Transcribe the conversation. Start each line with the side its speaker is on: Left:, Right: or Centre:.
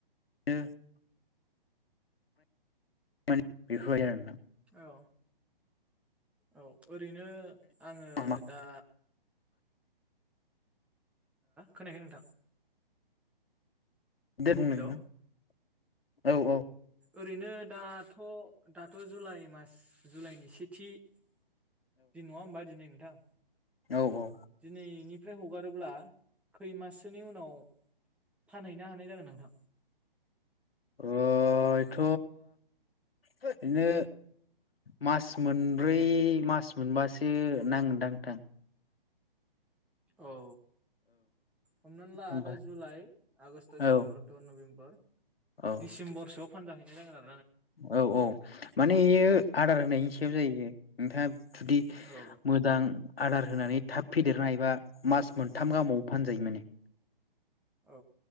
Left: नो <unintelligible>
Centre: औ औ ओरैनो आंङो
Left: नोंथां
Centre: दा खोनायाखै नोंथां
Left: <unintelligible>
Centre: हेलौ
Left: औ औ
Centre: ओरैनो दाथ दाथ जुलाइ मास जुलाइनि सेथि दिन नंङा होमबा दिनै नोंथां
Left: औ ओ
Centre: दिनैनिफ्राय हगारोब्ला खै माससोनि उनाव फानहैनो हानाय जागोन नोंथां <inaudible>
Left: अयथ बिदनो मास मोनब्रै मास मोनबासो नांगोनदां थां। <inaudible>
Centre: औ हमनानै ला
Left: ओमफ्राय
Centre: दा जुलाइ आगष्ट सेप्तेम्बर
Left: औ
Centre: अक्टबर नभेम्बर
Left: औ
Centre: दिडिसेम्बरसोआव फानजाहैनाय जागोन आरो।
Left: औ औ माने एयो आदार होनायनि
Centre: औ
Left: सायाव जायो। नोंथाङा थुदि
Centre: औ
Left: मोदां आदार होनानै थाब फेदेरनो हायोबा मास मोनथाम गाहामाव फानजायो माने।
Centre: औ।